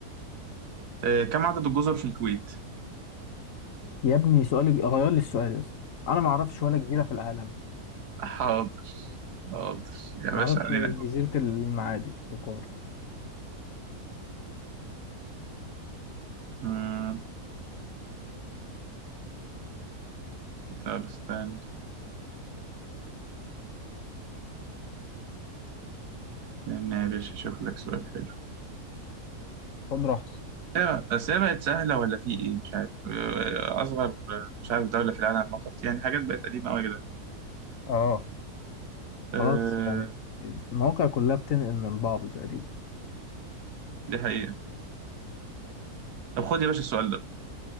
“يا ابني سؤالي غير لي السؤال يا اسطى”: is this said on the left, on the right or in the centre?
Left